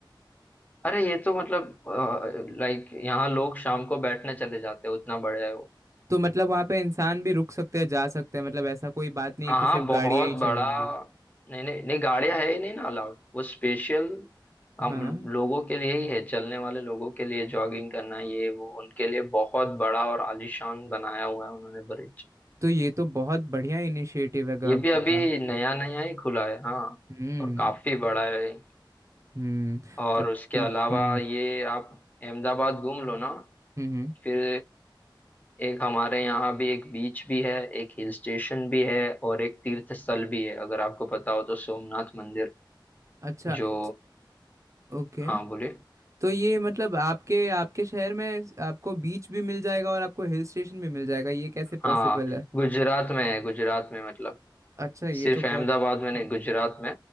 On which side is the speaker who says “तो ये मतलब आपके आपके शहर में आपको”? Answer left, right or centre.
Right